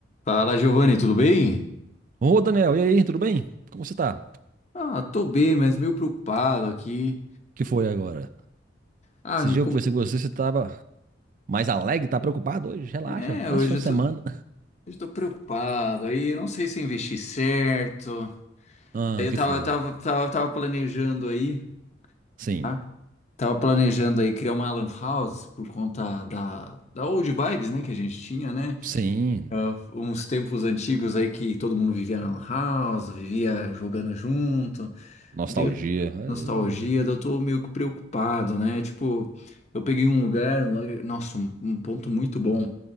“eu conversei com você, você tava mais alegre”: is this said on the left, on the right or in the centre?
Right